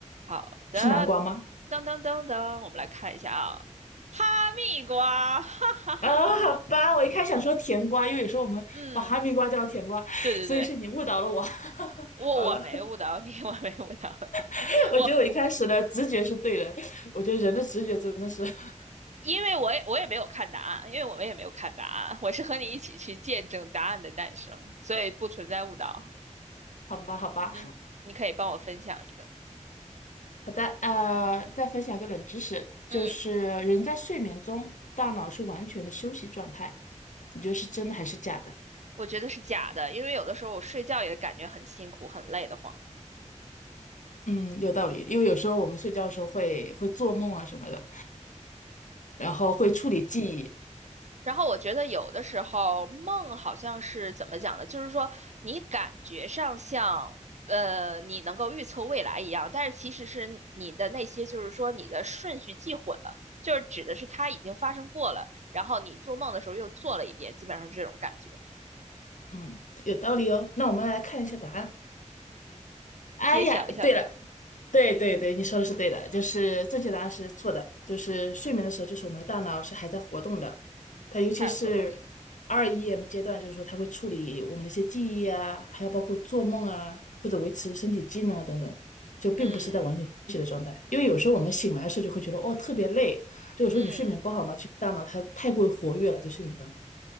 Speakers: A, on the right; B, on the left.
A: 好的，
B: 是南瓜吗？
A: 噔噔噔噔，我们来看一下啊，哈密瓜，哈哈哈哈哈，
B: 啊，好吧，我一开始想说甜瓜，因为有时候我们把哈密瓜叫甜瓜，
A: 嗯，对对对，
B: 所以是你误导了我。<laughs>
A: 我我没误导你，
B: 好了，
A: <laughs> 我没误导你，
B: <laughs>
A: <laughs>
B: 我觉得我一开始的直觉是对的，
A: 我我
B: 我觉得人的直觉真的是，<laughs>
A: 因为我也我也没有看答案，因为我们也没有看答案，我是和你一起去见证答案的诞生，所以不存在误导。
B: 好吧，好吧。
A: 嗯，你可以帮我分享一个。
B: 好的，呃，再分享一个冷知识，就是人在睡眠中，
A: 嗯，
B: 大脑是完全的休息状态，你觉得是真的还是假的？
A: 我觉得是假的，因为有的时候我睡觉也感觉很辛苦、很累的慌。
B: 嗯，有道理，因为有时候我们睡觉的时候会会做梦啊什么的，然后会处理记忆。
A: 然后我觉得有的时候梦好像是怎么讲呢？就是说你感觉上像呃你能够预测未来一样，但是其实是你的那些就是说你的顺序记混了，就是指的是它已经发生过了，然后你做梦的时候又做了一遍，基本上是这种感觉。
B: 嗯，有道理哦。那我们来看一下答案。哎呀，
A: 揭晓一下，
B: 对了，对对对，你说的是对的，就是正确答案是错的，就是睡眠的时候，就是我们的大脑是还在活动的，它尤其是
A: 太不容易。
B: REM 阶段，就是说它会处理我们的一些记忆啊，还有包括做梦啊，或者维持身体机能啊等等，就并不是在完全休息的状态。
A: 嗯
B: 因为有时候我们醒来的时候就会觉得哦特别累，就个时候你睡眠不好嘛，
A: 嗯。
B: 就大脑它太过于活跃了，在睡眠当中。